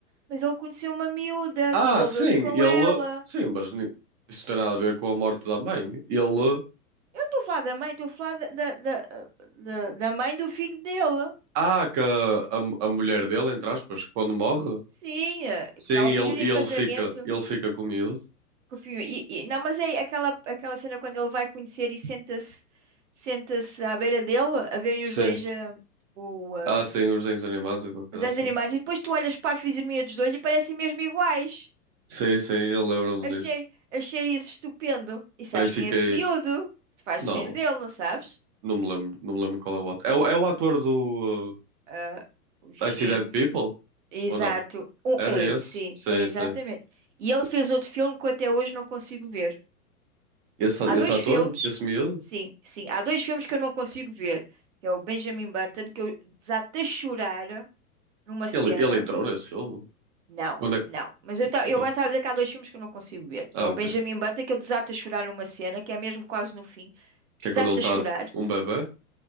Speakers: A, on the right; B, on the right.
A: Mas ele conheceu uma miúda
B: Ah,
A: que envolveu-se
B: sim,
A: com
B: ele.
A: ela.
B: Sim, mas ni- isso não tem nada a ver com a morte da mãe. Ele.
A: Eu não estou a falar da mãe, estou a falar da, da, da, da- da mãe do filho dele.
B: Ah, que a, a, a mulher dele, entre aspas, quando morre.
A: Sim, eh, porque
B: Sim,
A: ela
B: ele,
A: pediu-lhe
B: ele
A: em casamento.
B: fica, ele fica com o miúdo.
A: que o filho- E, e- não, mas é aquela, aquela cena quando ele vai conhecer e senta-se senta-se à beira dele a verem
B: Sim.
A: os dois eh, o, eh,
B: Ah, sim, os desenhos animados ou qualquer coisa
A: os dois
B: assim.
A: animais. E depois tu olhas para a fisionomia dos dois e parecem mesmo iguais.
B: Sim, sim, eu lembro-me
A: Achei,
B: disso.
A: achei isso estupendo. E sabes
B: Também fiquei.
A: quem é esse miúdo? Tu fazes
B: Não,
A: filho dele, não sabes?
B: não me lembro, não me lembro qual é o outro. É, o- é o ator do
A: Ah, o Xing.
B: uh, I See Dead People?
A: Exato.
B: Ou não?
A: Um,
B: Era
A: é,
B: esse?
A: sim,
B: Sim,
A: é exatamente.
B: sim.
A: E ele fez outro filme que eu até hoje não consigo ver.
B: Esse,
A: Há
B: esse
A: dois
B: ator,
A: filmes,
B: esse miúdo,
A: sim, sim, há dois filmes que eu não consigo ver. É o Benjamin Button, que eu desatei a chorar numa cena.
B: ele, ele entrou nesse filme.
A: Não,
B: Quando é que.
A: não. Mas eu, ta-
B: Então.
A: eu agora estava a dizer que há dois filmes que eu não consigo ver.
B: Ah,
A: Que é o
B: ok.
A: Benjamin Button, que eu desato a chorar numa cena, que é mesmo quase no fim.
B: Que
A: Desato
B: é quando ele está
A: a chorar.
B: um bebê,